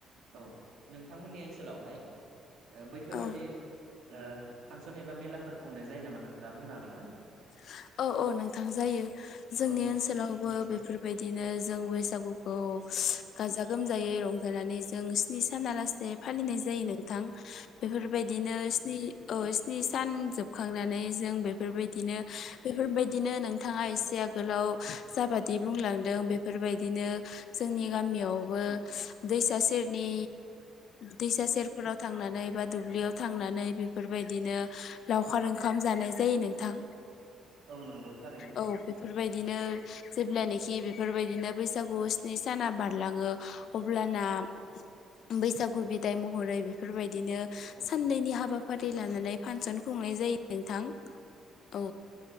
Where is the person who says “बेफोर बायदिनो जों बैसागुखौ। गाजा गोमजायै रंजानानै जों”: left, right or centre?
Left